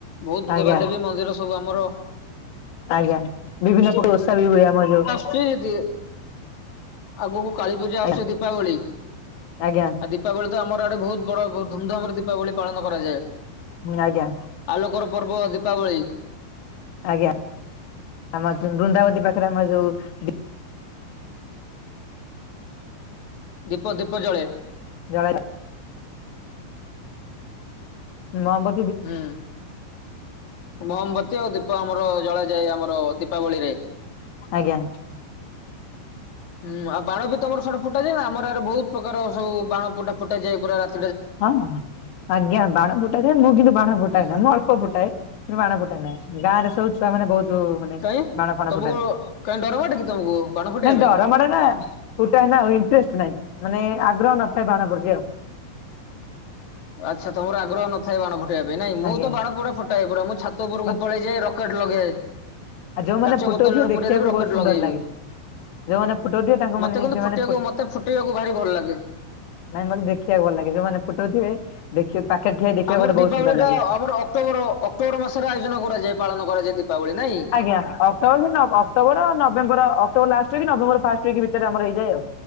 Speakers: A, on the left; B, on the left.
A: ବହୁତ
B: ଆଜ୍ଞା
A: ଦେବାଦେବୀ ମନ୍ଦିର ସବୁ ଆମର। <unintelligible>
B: ଆଜ୍ଞା ବିଭିନ୍ନ ପ୍ରକାର ଓଷା ବି ହୁଏ ଆମ ଯୋଉ।
A: କିଏଜେ ଆଗକୁ କାଳୀ ପୂଜା ଆସୁଚି
B: ଆଜ୍ଞା
A: ଦୀପାବଳି
B: ଆଜ୍ଞା
A: ଆଦି ତାପରେ ତ ଆମର ଆଡେ ବହୁତ ବଡ ଧୁମଧାମରେ ଦୀପାବଳି ପାଳନ କରାଯାଏ।
B: ଆଜ୍ଞା।
A: ଆଲୋକର ପର୍ବ ଦୀପାବଳୀ।
B: ଆଜ୍ଞା। ଆମର ଜେନ୍ ବୁନ୍ଦାବତୀ ପାଖରେ ଆମର ଯୋଉ
A: ଦୀପ, ଦୀପ ଜଳେ।
B: ଜଳ ନ ବ
A: ହୁଁ। ମହମ୍ମବତୀ ଆଉ ଦୀପ ଆମର ଜଳାଯାଏ ଆମର ଦୀପାବଳିରେ।
B: ଆଜ୍ଞା।
A: ହୁଁ ଆଉ ବାଣ ବି ତମର ସାଡେ ଫୁଟାଯାଏ ନା? ଆମର ଆଡେ ବୋହୁତ ପ୍ରକାର ସବୁ ବାଣ ଫୁଟା ଫୁଟାଯାଏ। ପୁରା ରାତ
B: ହଁ, ଆଜ୍ଞା। ବାଣ ଫୁଟା ଯଏ। ମୁଁ କିନ୍ତୁ ବାଣ ଫୁଟାଏ
A: ହୁଁ
B: ନା ମୁଁ ଅଳ୍ପ ଫୁଟାଏ। ମୁ ବାଣ ଫୁଟାଏନା। ଗାଁରେ ସବୁ ଛୁଆମାନେ ବହୁତ ତ୍ ମାନେ
A: କାଇଁ
B: ବାଣ ଫାଣ
A: ତମକୁ
B: ଫୁଟାନ୍ତି।
A: କାଇଁ ଡର ମାଡେ କି ତମକୁ ବାଣ ଫୁଟେଇବା
B: ନାଇ
A: ପାଇଁ?
B: ଡର ମାଡେ ନା। ଫୁଟାଏ ନା ଆଉ ଇଂଟରେଷ୍ଟ ନାଇଁ। ମାନେ ଆଗ୍ରହ ନଥାଏ ବାଣ ପ୍ରତି ଆଉ।
A: ଆଚ୍ଛା ତମର ଆଗ୍ରହ ନ ଥାଏ ବାଣ ଫୁଟେଇବା ପାଇଁ ନାଇ? ମୁଁ
B: ଆଜ୍ଞା
A: ତ ବାଣ ପୁରା ଫୁଟାଏ ପୁରା। ମୁଁ ଛାତ ଉପରକୁ
B: ମତେ
A: ପଳେଇ ଯାଏ ରକ ରକେଟ ଲଗାଁଏ।
B: ଆଉ ଯୋଉମାନେ
A: କାଚ
B: ଫଟୋ
A: ବୋତଲରେ
B: ଉଠିବେ ଦେଖିବାକୁ
A: ପୂରେଇ ଦେବି ରକେଟ
B: ବହୁତ ସୁନ୍ଦର
A: ଲଗେଇବି।
B: ଲାଗେ ଯୋଉମାନେ ଫଟୋ ଉଠିବେ ତାଙ୍କ ମାନେ
A: ମତେ କିନ୍ତୁ
B: ସେମାନେ
A: ଫୁଟେଇବାକୁ
B: ଫୋ
A: ମତେ ଫୁଟେଇବାକୁ ଭାରି ଭଲ ଲାଗେ।
B: ନାଇଁ ମତେ ଦେଖିବାକୁ ଭଲ ଲାଗେ। ଯୋଉମାନେ ଫୁଟଉଥିବେ। ଦେଖିବେ ପାଖରେ ଠିଆ ହେଇ ଦେଖିବାକୁ
A: ଆମର
B: ମତେ
A: ଦୀପାବଳି
B: ବହୁତ ସୁନ୍ଦର
A: ଟା
B: ଲାଗେ।
A: ଆମର ଅକ୍ଟୋବର ଅକ୍ଟୋବର ମାସରେ ଆୟୋଜନ କରାଯାଏ। ପାଳନ କରାଯାଏ ଦୀପାବଳି ନାଇଁ?
B: ଆଜ୍ଞା। ଅକ୍ଟୋବ ନ ଅକ୍ଟୋବର ନଭେମ୍ବର ଅକ୍ଟୋବର ଲାଷ୍ଟ କି ନଭେମ୍ବର ଫାଷ୍ଟ ୱିକ ଭିତରେ ଆମର ହେଇଯାଏ ଆଉ।